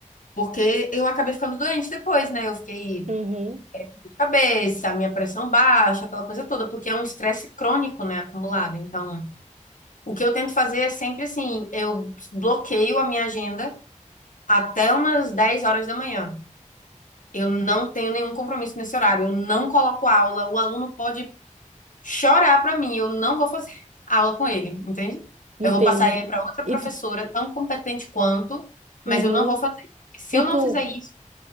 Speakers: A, on the left; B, on the right.
A: porque eu acabei ficando doente depois, né? Eu fiquei
B: Uhum.
A: de cabeça, minha pressão baixa, aquela coisa toda, porque é um estresse crônico, né, acumulado. Então, o que eu tento fazer é sempre assim, eu bloqueio a minha agenda até umas 10 horas da manhã. Eu não tenho nenhum compromisso nesse horário, eu não coloco aula, o aluno pode chorar pra mim, eu não vou fazer aula com ele, entende?
B: Entendo.
A: Eu vou passar ele pra outra professora,
B: E tu,
A: tão competente quanto, mas
B: uhum.
A: eu não vou fazer. Porque se
B: E
A: eu não
B: tu,
A: fizer isso,